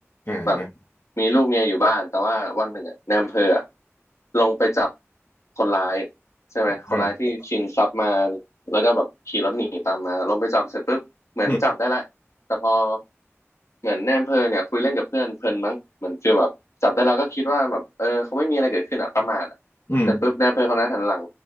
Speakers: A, on the left; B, on the left.
A: อ่าอ่า
B: แบบมีลูกเมียอยู่บ้านแต่ว่าวันหนึ่งอะนายอำเภออะลงไปจับคนร้ายใช่ไหมคนร้ายที่ชิงทรัพย์มา
A: ครับเออ
B: แล้วก็แบบขี่รถหนีตามมาลงไปจับเสร็จปุ๊บเหมือนจับได้แหละแต่พอ
A: อืม
B: เหมือนแนมเพอเนี่ยคุยเล่นกับเพื่อนเพลินมั้งเหมือนฟีลแบบจับได้เราก็คิดว่าแบบเออเขาไม่มีอะไรเกิดขึ้นอ่ะประมาทอะเสร็จปุ๊บแนมำเภอคนนั้นหันหลัง
A: อืม